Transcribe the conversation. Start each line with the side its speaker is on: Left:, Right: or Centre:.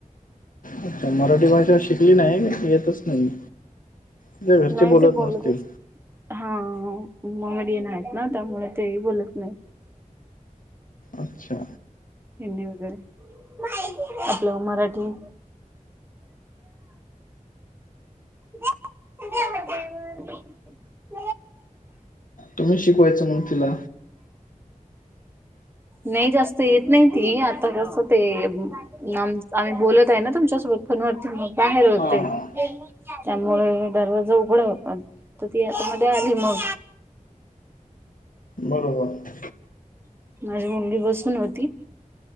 Left: अच्छा मराठी भाषा शिकली नाही येतच नाही तीच्या घरचे
Right: नाही
Left: बोलत
Right: ते बोलतच
Left: नसतील
Right: हा मोमेडियन आहेत ना त्यामुळे ते बोलत नाही
Left: अच्छा
Right: हिंदी वगैरे आपल् मराठी म्ह
Left: तुम्ही शिकवायच मग तिला
Right: नाही जास्त येत नाही ती आता कस ते नमआम्ही बोलत आहे ना तुमच्यासोबत फोनवरती मग बाहेर होतेय
Left: हा हा
Right: त्यामुळे दरवाजा उघडा होता तर ती आतामध्ये आली मग
Left: बरोबर
Right: माझी मुलगी बसून होती